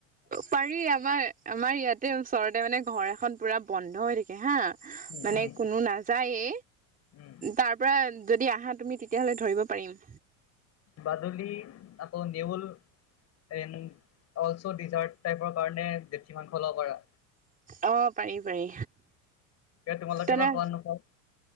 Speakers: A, on the right; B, on the left.
A: পাৰি আমাৰ-আমাৰ ইয়াতে ওচৰতে মানে, ঘৰ এখন পুৰা বন্ধ হৈ থাকে হা-
B: উম,
A: মানে
B: উম,
A: কোনো নাযায়ে,
B: উম,
A: তাৰ পৰা যদি আহা তুমি তেতিয়াহ'লে ধৰিব পাৰিম।
B: বাদুলি আকৌ, নেউল এ অলছ ডিজাৰ্ট টাইপৰ কাৰণে জেঠী মাংস ল'ব পাৰ।
A: অ', পাৰি, পাৰি।
B: এ তোমালোকে
A: তেনে,
B: বা খোৱা নোখোৱা?